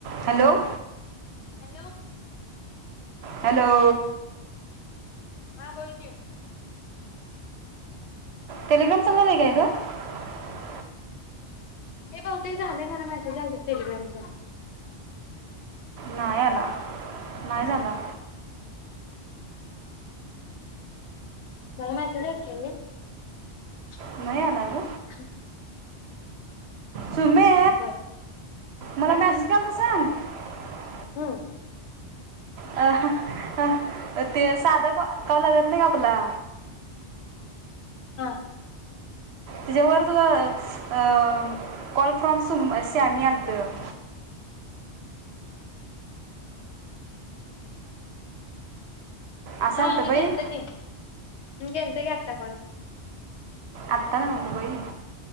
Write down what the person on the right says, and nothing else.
Hello.
Hello.
Telegram चालू झालंय काय का. <unintelligible>
नाही आला नाही झाला.
नाही आल <unintelligible>
सुमे
मला
मॅसेज कर. सांग <unintelligible>
आ हा आ. ते साधं कावं लागत नाही का आपला.
तच्यावर तुझ अ. कॉल फ्रॉम सुमस. शॅमि आलत <unintelligible> असं
आलतं
बाई
अता न्हवं ग बाई